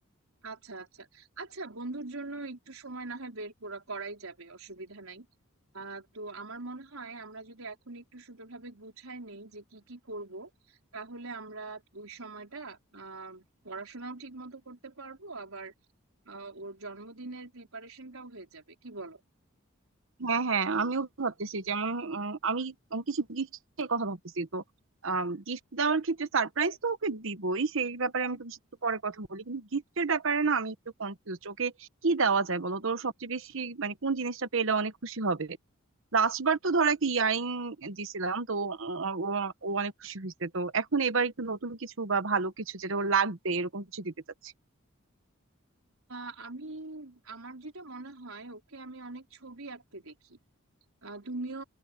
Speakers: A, on the right; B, on the right.
A: আচ্ছা আচ্ছা আচ্ছা বন্ধুর জন্য একটু সময় না হয় বের করা করাই যাবে অসুবিধা নাই আহ তো আমার মনে হয় আমরা যদি এখন একটু সুন্দরভাবে গুছাই নেই যে কি কি করব তাহলে আমরা ওই সময়টা আহ পড়াশোনাও ঠিক মতো করতে পারবো আবার আহ, ওর জন্মদিনের প্রিপারেশনটাও হয়ে যাবে কি বলো
B: হ্যাঁ হ্যাঁ আমিও ভাবতেছি যেমন উম, আমি আমি কিছু গিফটের কথা ভাবতেছি তো গিফট দেওয়ার ক্ষেত্রে সারপ্রাইজ তো ওকে দিবই সেই ব্যাপারে আমি তোমার সাথে একটু পরে কথা বলি কিন্তু গিফটের ব্যাপারে না আমি একটু কনফিউজ ওকে কি দেওয়া যায় বলো তো ওর সবচেয়ে বেশি মানে কোন জিনিসটা পেলে অনেক খুশি হবে লাস্ট বার তো ধরো একটা ইয়ারিং দিছিলাম তো ও ও- ও অনেক খুশি হয়েছে তো এখন এবার একটু নতুন কিছু বা ভালো কিছু যেটা ওর লাগবে এরকম কিছু দিতে চাচ্ছি
A: আহ, আমি আমার যেটা মনে হয় ওকে আমি অনেক ছবি আঁকতে দেখি আহ, তুমিও